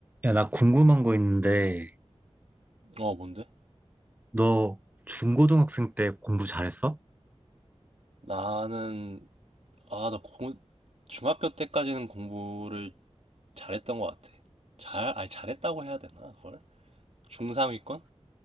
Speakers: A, on the right; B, on the right.
A: 야, 나 궁금한 거 있는데,
B: 어, 뭔데?
A: 너 중고등학생 때 공부 잘했어?
B: 나는, 아, 나 공, 중학교 때까지는 공부를 잘했던 것 같아. 잘, 아니, 잘했다고 해야 되나, 그걸? 중3위권?